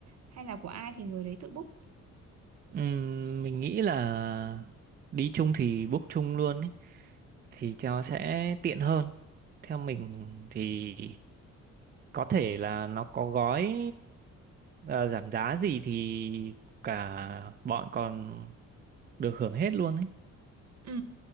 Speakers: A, on the right; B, on the right.
A: hay là của ai thì người đấy tự book
B: Ừ, mình nghĩ là đi chung thì book chung luôn ý. Thì cho sẽ tiện hơn. Theo mình thì có thể là nó có gói ờ, giảm giá gì thì cả bọn còn được hưởng hết luôn ấy
A: Ừ,